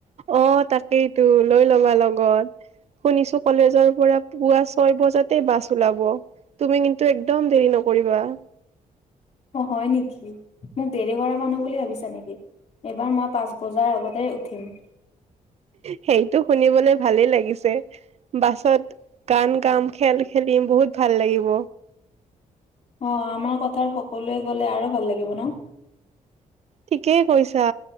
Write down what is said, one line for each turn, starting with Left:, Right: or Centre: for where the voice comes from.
Right: অ', তাকেইতো লৈ লবা লগত শুনিছোঁ কলেজৰ পৰা পুৱা ছয় বজাতে বাছ ওলাব তুমি কিন্তু একদম দেৰি নকৰিবা
Left: অ', হয় নেকি মোক দেৰি কৰা মানুহ বুলি ভাবিছা নেকি এইবাৰ মই পাঁচ বজাৰ আগতে উঠিম
Right: সেইটো শুনিবলৈ ভালেই লাগিছে বাছত গান গাম, খেল খেলিম, বহুত ভাল লাগিব।
Left: অ', আমাৰ কথাৰ সকলোৱে গ'লে, আৰু ভাল লাগিব নহ?
Right: ঠিকেই কৈছা,